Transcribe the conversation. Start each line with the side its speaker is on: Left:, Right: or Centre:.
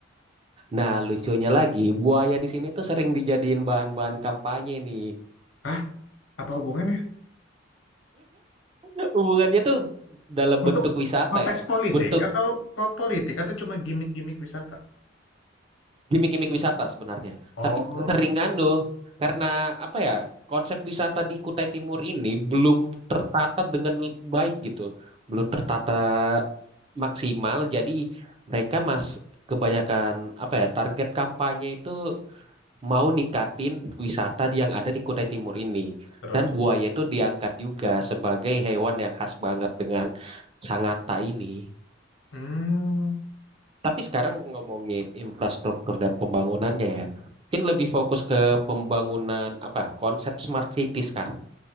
Right: Nah, lucunya lagi, buaya di sini tuh sering dijadiin bahan-bahan kampanye nih.
Left: Hah? Apa hubungannya?
Right: <laughs> Hubungannya tuh dalam
Left: Untuk
Right: bentuk wisata
Left: konteks
Right: ya.
Left: politik
Right: Bentuk
Left: atau kok politik atau cuma gimmick-gimmick wisata?
Right: gimmick-gimmick wisata sebenarnya.
Left: Oh,
Right: Tapi sering anu karena apa ya konsep wisata di Kutai Timur ini belum tertata dengan baik gitu, belum tertata maksimal. Jadi mereka mas kebanyakan apa ya target kampanye itu mau ningkatin wisata yang ada di Kutai Timur ini.
Left: terus?
Right: Dan buaya itu diangkat juga sebagai hewan yang khas banget dengan Sangatta ini.
Left: Hmm.
Right: Tapi sekarang ngomongin infrastruktur dan pembangunannya ya, mungkin lebih fokus ke pembangunan apa konsep smart city sekarang.